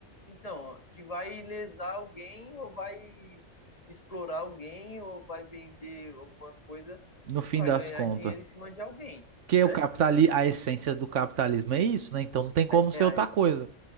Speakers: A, on the left; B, on the right.
A: Então, que vai lesar alguém ou vai explorar alguém ou vai vender alguma coisa
B: no fim
A: para
B: das
A: ganhar
B: contas.
A: dinheiro em cima de alguém,
B: Porque
A: né?
B: o capitali a essência do capitalismo é isso, né? Então não tem como ser
A: É, é,
B: outra
A: esse-
B: coisa.